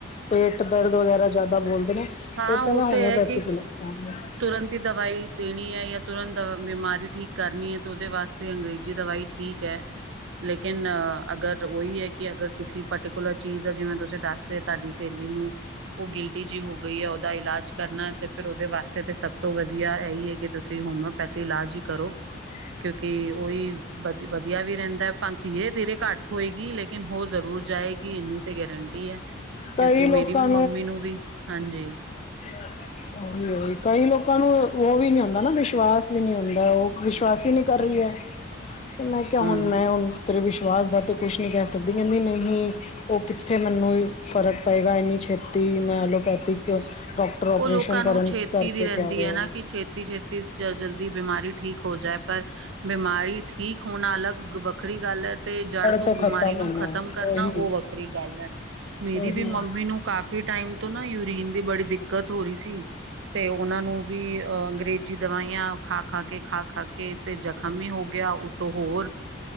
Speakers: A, on the left; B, on the right.
A: ਪੇਟ ਦਰਦ ਵਗੈਰਾ ਜ਼ਿਆਦਾ ਬੋਲਦੇ ਨੇ,
B: ਹਾਂ,
A: ਫੇਰ
B: ਉਹ
A: ਤੇ ਮੈਂ ਹੋਮਿਓਪੈਥੀ
B: ਹੈ ਕਿ
A: ਹੀ ਲੈ ਕੇ ਆਨੀ ਆਂ।
B: ਤੁਰੰਤ ਹੀ ਦਵਾਈ ਦੇਣੀ ਐ, ਜਾਂ ਤੁਰੰਤ ਬਿਮਾਰੀ ਠੀਕ ਕਰਨੀ ਹੈ, ਤੇ ਉਹਦੇ ਵਾਸਤੇ ਅੰਗਰੇਜ਼ੀ ਦਵਾਈ ਠੀਕ ਐ। ਲੇਕਿਨ ਅਗਰ ਉਹੀ ਹੈ, ਕਿ ਅਗਰ ਕਿਸੇ ਪਰਟੀਕੁਲਰ ਚੀਜ਼ ਦਾ ਜਿਵੇਂ ਤੁਸੀਂ ਦੱਸਦੇ ਤੁਹਾਡੀ ਸਹੇਲੀ ਨੂੰ ਉਹ ਗਿਲਟੀ ਜਿਹੀ ਹੋ ਗਈ ਐ, ਉਹਦਾ ਇਲਾਜ ਕਰਨਾ ਤੇ ਫੇਰ ਉਹਦੇ ਵਾਸਤੇ ਤੇ ਸਭ ਤੋਂ ਵਧੀਆ ਇਹੀ ਹੈ, ਕਿ ਤੁਸੀਂ ਹੋਮਿਓਪੈਥੀ ਇਲਾਜ ਹੀ ਕਰੋ।
A: <inaudible>
B: ਕਿਉਂਕਿ ਉਹੀ ਵਧ ਵਧੀਆ ਵੀ ਰਹਿੰਦਾ, ਭਾ ਧੀਰੇ- ਧੀਰੇ ਘੱਟ ਹੋਏਗੀ, ਲੇਕਿਨ ਹੋ ਜ਼ਰੂਰ ਜਾਏਗੀ ਇੰਨੀ ਤੇ ਗਰੰਟੀ ਹੈ, ਕਿਉਂਕਿ
A: ਕਈ ਲੋਕਾਂ
B: ਮੇਰੀ ਵੀ ਮੰਮੀ ਨੂੰ ਵੀ ਹਾਂਜੀ।
A: ਉਹੀ -ਉਹੀ ਕਈ ਲੋਕਾਂ ਨੂੰ ਉਹ ਵੀ ਨੀ ਹੁੰਦਾ ਨਾ ਵਿਸ਼ਵਾਸ ਵੀ ਨੀ ਹੁੰਦਾ, ਉਹ ਵਿਸ਼ਵਾਸ ਅਸਰ ਈ ਨਹੀਂ ਕਰ ਰਹੀ ਐ। ਤੇ ਮੈਂ ਕਿਹਾ
B: ਹੂੰ
A: ਹੁਣ ਮੈਂ ਹੁਣ ਤੇਰੇ ਵਿਸ਼ਵਾਸ ਦਾ ਤੇ ਕੁਛ ਨਹੀਂ ਕਹਿ ਸਕਦੀ, ਕਹਿੰਦੀ ਨਹੀਂ ਉਹ ਕਿੱਥੇ ਮੈਨੂੰ ਫ਼ਰਕ ਪਏਗਾ ਇੰਨੀ ਛੇਤੀ, ਮੈਂ ਐਲੋਪੈਥਿਕ ਡਾਕਟਰ ਓਪਰੇਸ਼ਨ
B: ਉਹ ਲੋਕਾਂ
A: ਕਰਨ
B: ਨੂੰ ਛੇਤੀ
A: ਕਰਕੇ
B: ਦੀ ਰਹਿੰਦੀ
A: ਕਹਿ ਰਿਹਾ
B: ਹੈ ਨਾ, ਕਿ ਛੇਤੀ- ਛੇਤੀ ਜਲਦੀ ਬਿਮਾਰੀ ਠੀਕ ਹੋ ਜਾਏ। ਬਿਮਾਰੀ ਠੀਕ ਹੋਣਾ, ਅਲੱਗ ਵੱਖਰੀ ਗੱਲ ਤੇ ਜੜ ਧੁ
A: ਤੋਂ ਖ਼ਤਮ
B: ਬਿਮਾਰੀ ਨੂੰ
A: ਹੋਣਾ
B: ਖਤਮ ਕਰਨਾ
A: ਉਹੀ
B: ਉਹ ਵੱਖਰੀ ਗੱਲ ਐ, ਮੇਰੀ
A: ਉਹੀ
B: ਵੀ ਮੰਮੀ ਨੂੰ ਕੱਲ ਕਾਫ਼ੀ ਟਾਈਮ ਤੋਂ ਨਾ ਯੂਰੀਨ ਦੀ ਬੜੀ ਦਿੱਕਤ ਹੋ ਰਹੀ ਸੀ ਤੇ ਉਹਨਾਂ ਨੂੰ ਵੀ ਅਹ ਅੰਗਰੇਜ਼ ਜੀ ਦਵਾਈਆਂ ਖਾ -ਖਾ ਕੇ, ਖਾ -ਖਾ ਕੇ ਤੇ ਜਖ਼ਮ ਵੀ ਹੋ ਗਿਆ, ਉਤੋਂ ਹੋਰ